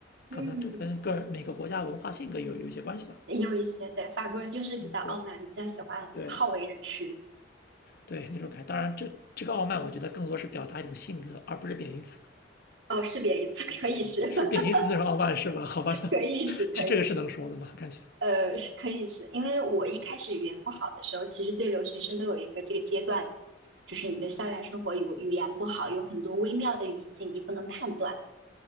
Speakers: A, on the right (about 70°); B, on the left (about 55°).
A: 嗯，
B: 可能这跟个人每个国家文化性格有有一些关系吧。
A: 也有一些，对，法国人就是比较傲慢，
B: 对
A: 比较喜欢好为人师。
B: 对对，那种感觉当然这，这个傲慢，我觉得更多是表达一种性格，而不是贬义词。
A: 哦，识别一次，可以是，<laughs>
B: 是贬义词那种傲慢是吧？好吧，那
A: 可以是，
B: <laughs>
A: 可以是，
B: 这这个是能说的吗？感觉
A: 呃，是可以是，因为我一开始语言不好的时候，其实对留学生都有一个这个阶段嘛，就是你的校园生活语语言不好，有很多微妙的语境你不能判断。